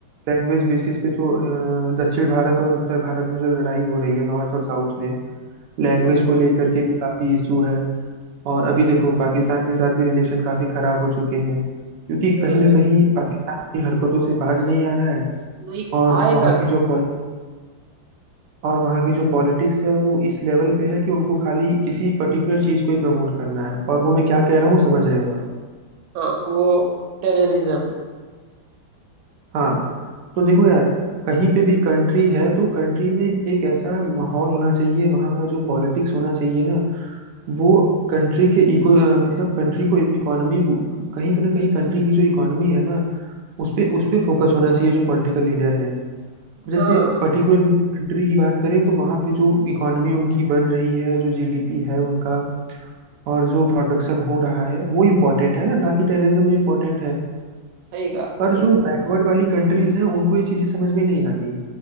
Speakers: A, on the right; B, on the right.
A: लैंग्वेज बेसिस पे जो अ, दक्षिण भारत और उत्तर भारत में जो लड़ाई हो रही है नॉर्थ और साउथ में लैंग्वेज
B: हम्म,
A: को लेकर के भी काफी इशू है और अभी देखो पाकिस्तान के साथ भी रिलेशन काफी खराब हो चुके हैं क्योंकि
B: हाँ,
A: कहीं ना कहीं पाकिस्तान अपनी हरकतों से बाज नहीं आ रहा है
B: नहीं
A: और
B: आएगा
A: वहाँ की
B: भी
A: जो पॉलि और वहाँ की जो पॉलिटिक्स है वो इस लेवल पे है कि उनको खाली किसी पर्टिकुलर चीज को ही प्रमोट करना है और वो मैं क्या कह रहा हूँ समझ रहे हो आप
B: हाँ वो टेररिज्म है
A: हाँ तो देखो यार कहीं पे भी कंट्री है तो कंट्री में एक ऐसा माहौल होना चाहिए वहाँ का जो पॉलिटिक्स होना चाहिए ना वो कंट्री के इको अ, मतलब कंट्री को इकोनॉमी कहीं ना कहीं कंट्री की जो इकोनॉमी है ना उस पे उस पे फोकस होना चाहिए जो पॉलिटिकल लीडर हैं जैसे
B: हाँ
A: पर्टिकुलर किसी कंट्री की बात करें तो वहाँ पे जो इकोनॉमी उनकी बन रही है जो जीडीपी है उनका और जो प्रोडक्शन हो रहा है वो इम्पोर्टेंट है ना ना कि टेररिज्म इम्पोर्टेंट है
B: सही कहा
A: पर
B: सही
A: जो
B: कहा
A: बैकवर्ड
B: बिल्कुल।
A: वाली कंट्रीज हैं उनको ये चीज़ें समझ में नहीं आती